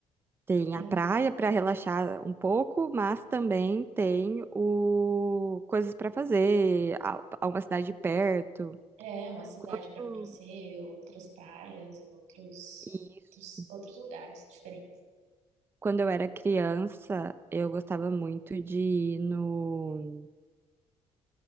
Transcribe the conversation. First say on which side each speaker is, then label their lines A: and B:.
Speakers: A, on the right; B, on the right.
A: Tem
B: É,
A: a praia para relaxar um pouco, mas também tem o coisas para fazer, a a uma cidade perto.
B: é uma cidade
A: Quando
B: para conhecer, outras praias, outros,
A: isso,
B: outros, outros lugares diferentes.
A: quando eu era criança, eu gostava muito de ir no